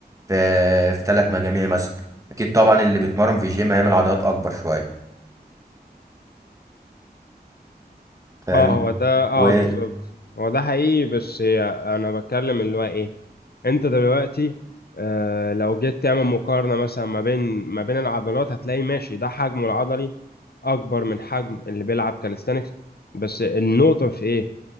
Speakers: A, on the right; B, on the left.
A: في في تلات مجاميع مثلا أكيد طبعا اللي بيتمرن في الجيم هيعمل عضلات أكبر شوية فاهم
B: اه هو ده اه
A: و
B: بالظبط هو ده حقيقي بس هي انا بتكلم اللي هو ايه انت دلوقتي آه لو جيت تعمل مقارنة مثلا ما بين ما بين العضلات هتلاقي ماشي ده حجمه العضلي اكبر من حجم اللي بيلعب كاليستانكس بس النقطة في ايه